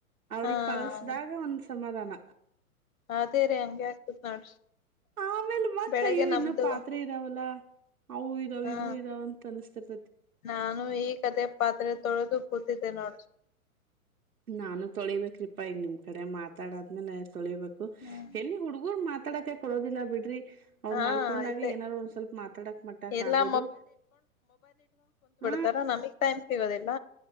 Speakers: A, on the right; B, on the left.
A: ಅವ್ರಿಗೆ
B: ಹಾ
A: ಕಳಸ್ದಾಗ ಒಂದ್ ಸಮಾಧಾನ
B: ಅದೇ ರೀ ಹಂಗೆ ಆಗ್ತತ್ ನೋಡ್ರಿ
A: ಆಮೇಲೆ ಮತ್ತ
B: ಬೆಳಿಗ್ಗೆ
A: ಅಯ್ಯೋ
B: ನಮ್ದು
A: ಇನ್ನ ಪಾತ್ರೆ ಇದಾವಲ್ಲ ಅವು ಇದಾವ
B: ಹಾ
A: ಇವು ಇದಾವ ಅಂತ ಅನಸ್ತಿರ್ತೈತಿ
B: ನಾನು ಈ ಕಥೆಯ ಪಾತ್ರೆ ತೊಳ ಕೊತಿಿದ್ದ ನಡ
A: ನಾನು ತೊಳಿಬೇಕ್ರೀಪ್ಪಾ ಈಗ ನಿಮ್ಮ್ ಕಡೆ ಮಾತಾಡಾದ್ಮೇಲೆ ತೊಳಿಬೇಕು
B: ಹ್ಮ್
A: ಎಲ್ಲಿ ಹುಡ್ಗೂರ್ ಮಾತಾಡಕ ಕೊಡೋದಿಲ್ಲ ಬಿಡ್ರಿ ಅವರು
B: ಹಾ
A: ಮಲ್ಕೊಂಡಾಗೆ
B: ಅದೇ
A: ಏನಾರರು ಒಂದ್ ಸ್ವಲ್ಪ ಮಾತಾಡಕ್ ಮಟ್ಟಕ್
B: ಎಲ್ಲಾ
A: ಆಗೋದು ಹ
B: ದರ ನಮಿಗ್ ಟೈಮ್ ಸಿಗೋದಿಲ್ಲ.